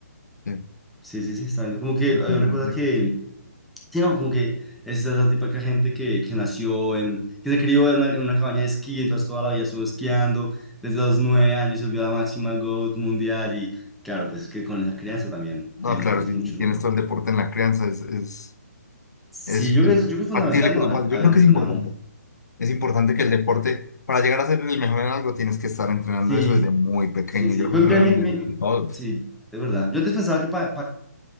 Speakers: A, on the left; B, in the centre.
A: sí,
B: Sí, sí, sí, está viendo. Como que
A: interesante.
B: hay una cosa que, sí, no, como que es esa esa típica gente que, que nació en, que se crió en una, en una cabaña de esquí, entonces toda la vida estuvo esquiando, desde los nueve años se volvió la máxima GOAT mundial y claro, pues es que con esa crianza también
A: No,
B: te beneficias
A: claro, si,
B: mucho,
A: si tienes
B: ¿no?
A: todo el deporte en la crianza, es, es
B: Sí,
A: Es,
B: yo
A: es
B: creo que es, yo creo que es fundamental
A: factible
B: no
A: que eso
B: haber,
A: pase.
B: haber
A: Yo creo
B: entrenado.
A: que es importante. Es importante que el deporte, para llegar a ser el mejor en algo, tienes que estar entrenando
B: Sí,
A: eso desde muy pequeño.
B: sí, sí.
A: Yo
B: Pues,
A: creo que
B: mira,
A: lo
B: mi-
A: vemos
B: mi-
A: en,
B: mi-
A: en todos.
B: sí, es verdad. Yo antes pensaba que para